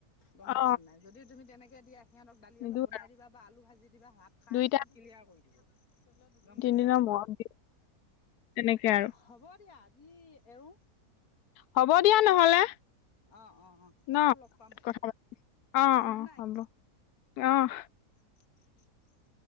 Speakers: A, on the left; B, on the left.
A: গম
B: অ
A: পাইছা নাই যদি তুমি তেনেকে দিয়া সিহঁতক দালি
B: নিদো
A: অলপ বনাই
B: আৰু
A: দিব বা আলু ভাজি দিবা ভাত খাই
B: দুই
A: একদম ক্লিয়াৰ কৰি দিব, গম পাইছা?
B: দিনৰ মৰত দিয়ে তেনেকে আৰু।
A: হ'ব দিয়া আছি এৰো
B: হ'ব দিয়া নহ'লে।
A: অ অ অ
B: ন'
A: আকৌ লগ পাম
B: কথা পাত অ'-অ'
A: গুড নাইট
B: হ'ব অ'
A: <inaudible>